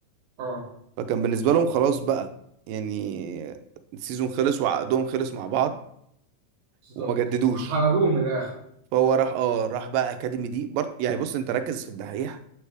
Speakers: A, on the right (about 65°); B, on the right (about 85°).
A: اه
B: فكان بالنسبه لهم خلاص بقى يعني السيزون خلص وعقدهم خلص مع بعض
A: بالظبط
B: وما جددوش
A: حلبوه من الاخر
B: فهو راح اه راح بقى اكاديمي دي برضه يعني بص انت ركز في الدحيح